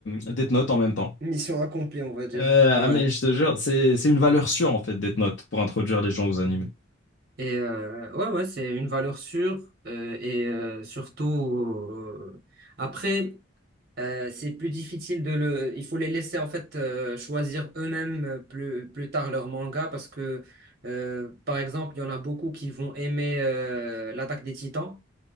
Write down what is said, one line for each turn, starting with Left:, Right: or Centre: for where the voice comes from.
Left: Death Note en même temps.
Right: Mission accomplie, on va dire.
Left: Euh,
Right: Ouais.
Left: ah mais je te jure, c'est c'est une valeur sûre en fait Death Note pour introduire les gens aux animés.
Right: Et euh, ouais, ouais, c'est une valeur sûre euh, et euh, surtout euh, après, euh, c'est plus difficile de le. Il faut les laisser en fait euh, choisir eux-mêmes euh, plus plus tard leur manga parce que euh, par exemple, il y en a beaucoup qui vont aimer euh, l'Attaque des Titans.